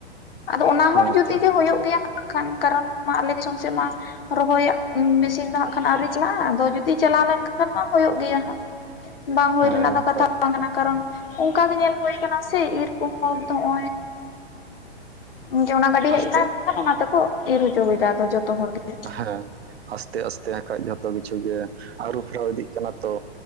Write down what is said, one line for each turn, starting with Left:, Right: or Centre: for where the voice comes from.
Left: ᱟᱫᱚ ᱚᱱᱟ ᱦᱚᱸ
Right: ᱦᱮᱸ
Left: ᱡᱩᱫᱤ
Right: ᱛᱚ
Left: ᱜᱮ ᱦᱩᱭᱩᱜ ᱜᱮᱭᱟ᱾ ᱵᱟᱠᱷᱟᱱ ᱠᱟᱨᱚᱱ ᱢᱟ ᱟᱞᱮ ᱫᱤᱥᱚᱢ ᱥᱮᱜ ᱢᱟ ᱨᱚᱦᱚᱭᱟᱜ ᱢᱮᱥᱤᱱ ᱫᱚ ᱦᱟᱸᱜ ᱠᱷᱟᱱ ᱟᱹᱣᱨᱤ ᱪᱟᱞᱟᱜᱼᱟ, ᱟᱫᱚ ᱡᱩᱫᱤ ᱪᱟᱞᱟᱣ ᱞᱮᱱᱠᱷᱟᱱ ᱢᱟ ᱦᱩᱭᱩᱜ ᱜᱮᱭᱟ ᱦᱟᱸᱜ᱾ ᱵᱟᱝ ᱦᱩᱭ
Right: ᱦᱮᱸ
Left: ᱨᱮᱱᱟᱜ ᱫᱚ ᱠᱟᱛᱷᱟ
Right: ᱠᱷᱟᱡ
Left: ᱵᱟᱝ ᱠᱟᱱᱟ ᱠᱟᱨᱚᱱ ᱚᱝᱠᱟ ᱜᱮ ᱧᱮᱞ ᱦᱩᱭᱩ ᱠᱟᱱᱟ ᱥᱮ ᱤᱨ ᱠᱚᱦᱚᱸ ᱫᱚ <inaudible> ᱡᱮ ᱚᱱᱟ ᱜᱟᱹᱰᱤ ᱦᱮᱡ
Right: ᱟᱥᱛᱮ
Left: ᱮᱱᱟ ᱮᱱᱠᱷᱟᱱ ᱚᱱᱟ ᱛᱮᱠᱚ ᱤᱨ ᱦᱚᱪᱚ ᱮᱭᱫᱟ ᱟᱫᱚ ᱡᱚᱛᱚ ᱦᱚᱲ ᱜᱮ᱾
Right: ᱦᱮᱸ ᱟᱥᱛᱮ ᱟᱥᱛᱮ ᱦᱟᱸᱠᱷᱟᱡ ᱡᱷᱚᱛᱚ ᱠᱤᱪᱷᱩ ᱜᱮ ᱟᱹᱨᱩ ᱯᱷᱮᱨᱟᱣ ᱤᱫᱤᱜ ᱠᱟᱱᱟ ᱛᱚ᱾